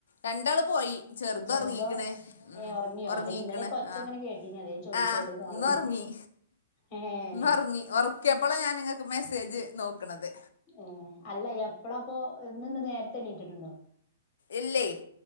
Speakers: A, on the left; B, on the left.
A: രണ്ടാള് പോയി ചെറുത്
B: ചെറുതോ?
A: ഒറങ്ങീക്ണ് ഉം
B: ഏഹ് ഒറങ്ങിയോ?
A: ഒറങ്ങീക്ണ്
B: അല്ലെങ്കി ഇന്നലെയൊക്കെ ഒച്ച
A: ആ
B: ഇങ്ങനെ കേട്ടീനി അതാ ഞാൻ ചോയിച്ചേ
A: ആ
B: എവിടേക്കാ ആള്ന്ന്.
A: ന്നൊർങ്ങി
B: ഏഹ്
A: ന്നൊർങ്ങി ഒർ ക്കിപ്പളാ ഞാൻ നിങ്ങക്ക് മെസ്സേജ് നോക്ക്ണത്
B: ഏ അല്ല എപ്പളാപ്പൊ ഇന്ന്ണ്ട് നേരത്തെണീറ്റിട്ടുണ്ടോ?
A: ഇല്ലേയ്